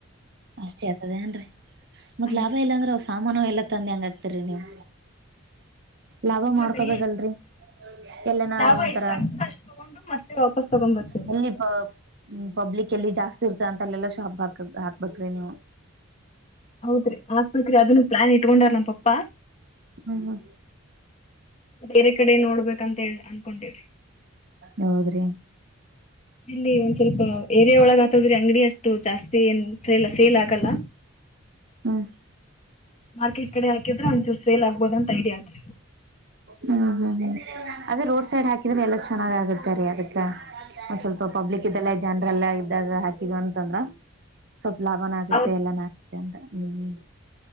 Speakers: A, on the right (about 50°); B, on the left (about 30°).
A: ಅಷ್ಟೇ ಆಗ್ತದ ಏನ್ರೀ ಮತ್
B: ಹಾ
A: ಲಾಭ
B: ರೀ
A: ಇಲ್ಲಾಂದ್ರೆ ಹೊಸ. ಸಾಮಾನು ಎಲ್ಲ ತಂದ ಹೆಂಗ ಆಕ್ತರಿ ನೀವು ಲಾಭ ಮಾಡ್ಕೊಬೇಕೇಲ್ರರಿ.
B: ಮತ್ತೆ ಎಷ್ಟ್
A: ಎಲ್ಲ ನ
B: ಲಾಭ
A: ಒಂಥರ
B: ಎಷ್ಟ್ ಆಗ್ತದ ಅಷ್ಟ್ ತಗೊಂಡು ಮತ್ತೆ ವಾಪಸ್ ತಗೊಂಡ್ ಬರ್ತೀವಿ.
A: ಮಲ್ಲಿ. ಪಬ್ಲಿಕ್ ಎಲ್ಲಿ ಜಾಸ್ತಿ ಇರ್ತ ಅಂತ ಅಲ್ಲೆಲ್ಲಾ ಶಾಪ್ ಹಾಕ ಹಾಕ್ಬೇಕ್ರಿ ನೀವು.
B: ಹೌದ್ರಿ ಹಾಕ್ಬೇಕ್ರಿ ಅದನ್ನು ಪ್ಲಾನ್ ಇಟ್ಕೊಂಡಾರ ನಮ್ ಪಪ್ಪಾ.
A: ಹ್ಮ್ ಹ್ಮ್
B: ಬೇರೆ ಕಡೆ ನೋಡ್ಬೇಕಂತ ಹೇಳಿ ಅನ್ಕೊಂಡಿವ್ರಿ.
A: ಹೌದ್ರಿ.
B: ಇಲ್ಲಿ ಒಂದ್ ಸ್ವಲ್ಪ ಏರೆ ಒಳಗ ಹತದ್ರೆ ಅಂಗಡಿ ಅಷ್ಟು ಜಾಸ್ತಿ ಏನ್ ಸೆಲ್ ಸೇಲ್ ಆಗಲ್ಲ.
A: ಹ್ಮ್
B: ಮಾರ್ಕೆಟ್ ಕಡೆ ಹಾಕಿದ್ರೆ ಒಂಚೂರು ಸೇಲ್ ಆಗ್ಬುದು ಅಂತ ಐಡಿಯಾ ಅದ್ರಿ.
A: ಹ್ಮ್ ಹ್ಮ್ ಹ್ಮ್ ಅದೇ ರೋಡ್ ಸೈಡ್ ಹಾಕಿದ್ರೆ ಎಲ್ಲಾ ಚೆನ್ನಾಗ್ ಆಗುತ್ತೆ ರೀ ಅದಕ್ಕ. ಒಂದ್ ಸ್ವಲ್ಪ ಪಬ್ಲಿಕ್ ಇದದೆಲ್ಲ ಜನರಲ್ಲ ಇದಾಗ ಹಾಕಿದು ಅಂದ್ರೆ ಅಂತಂದ್ರ. ಸ್ವಲ್ಪ ಲಾಭನ ಆಗುತ್ತೆ
B: ಹೌದ್ರಿ
A: ಎಲ್ಲಾನ ಆಗುತ್ತೆ ಅಂತ ಹ್ಮ್.